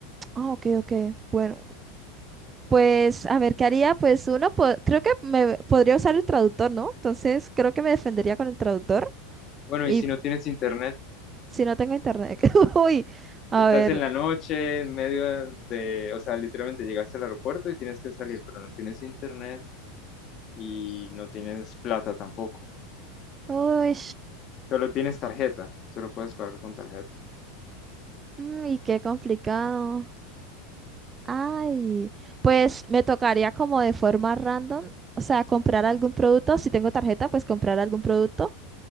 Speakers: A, on the right (about 25°); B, on the left (about 40°).
A: Ah, ok, ok. Bueno, pues a ver, ¿qué haría? Pues uno, po- creo que me podría usar el traductor, ¿no? Entonces, creo que me defendería con el traductor.
B: Bueno,
A: Y
B: y si no tienes internet.
A: si no tengo internet. <laughs> Uy, a
B: Estás
A: ver.
B: en la noche, en medio de, o sea, literalmente llegaste al aeropuerto y tienes que salir, pero no tienes internet y no tienes plata tampoco.
A: Uy,
B: Solo tienes tarjeta, solo puedes pagar con tarjeta.
A: mm, y qué complicado. Ay, pues me tocaría como de forma random, o sea, comprar algún producto. Si tengo tarjeta, pues comprar algún producto.